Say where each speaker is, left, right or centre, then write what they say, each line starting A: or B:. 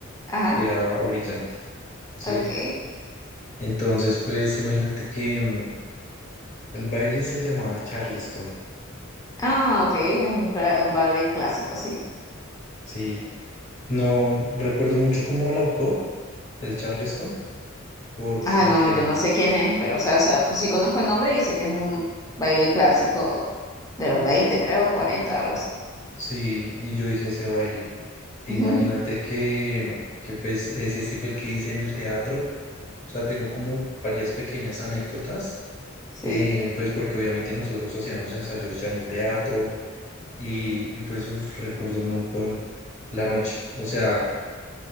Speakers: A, on the left; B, on the left.
A: Ajá,
B: era brillante, ¿sí?
A: ok.
B: Entonces, pues imagínate que mm, el baile se llamaba Charleston,
A: Ah, ok, un, cla- un ballet clásico, sí.
B: ¿sí? No mm, recuerdo mucho como el autor del Charleston, porque
A: Ah, no, yo no sé quién es, pero o sea, o sea, sí conozco el nombre y sé que es un baile clásico de los 20 creo, 40 algo así.
B: sí, y yo hice ese baile. E
A: <laughs>
B: imagínate que, que pues ese sí fue el que hice en el teatro. O sea, tengo como varias pequeñas anécdotas,
A: Sí.
B: eh, pues porque obviamente nosotros hacíamos ensayos ya en el teatro y, y pues uf, recuerdo un montón la noche. O sea,